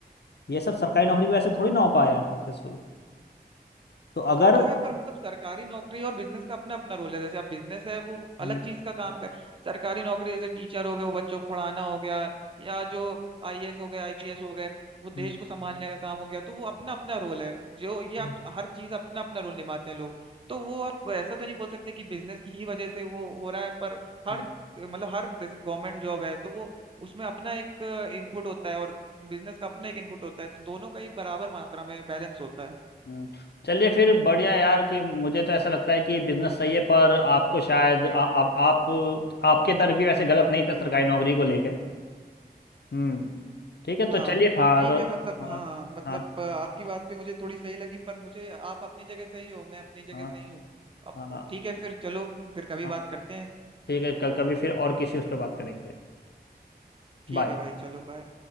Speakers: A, on the left (about 75°); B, on the right (about 30°).
A: ये सब सरकारी नौकरी की वजह से थोड़ी ना हो पाया सक्सेसफुल तो अगर
B: तो है पर मतलब सरकारी नौकरी और बिजनेस का अपना अपना रोल है जैसे अब बिजनेस है वो
A: हम्म,
B: अलग चीज का काम का है सरकारी नौकरी जैसे टीचर हो गए वो बच्चों को पढ़ाना हो गया या जो आईएएस हो गए आईपीएस हो गए वो देश
A: हम्म,
B: को संभालने का काम हो गया तो वो अपना अपना रोल है जो ये
A: हम्म,
B: आप हर चीज अपना अपना रोल निभाते हैं लोग तो वो आप ऐसा तो नहीं बोल सकते कि बिजनेस की ही वजह से वो हो रहा है पर हर
A: हम्म,
B: मतलब हर जैसे गवर्नमेंट जॉब है तो वो उसमें अपना एक इनपुट होता है और बिजनेस का अपना एक इनपुट होता है तो दोनों का ही बराबर मात्रा में बैलेंस होता है
A: हम्म। चलिए फिर बढ़िया यार कि मुझे तो ऐसा लगता है कि बिजनेस सही है पर आपको शायद आ, आप आप आपके तरफ भी वैसे गलत नहीं था सरकारी नौकरी को लेके हम्म ठीक है
B: हाँ
A: तो चलिए हाँ
B: ठीक
A: तो
B: है मतलब
A: हाँ
B: हाँ मतलब
A: हाँ
B: अ, आपकी बात भी मुझे थोड़ी सही लगी पर मुझे आप अपनी जगह सही हो मैं अपनी जगह
A: हाँ
B: सही हूँ अब
A: हाँ हाँ,
B: ठीक है फिर चलो फिर कभी
A: हाँ,
B: बात करते हैं
A: ठीक है क- कभी फिर और किसी उस पर बात करेंगे
B: ठीक
A: बाय
B: है भाई चलो बाय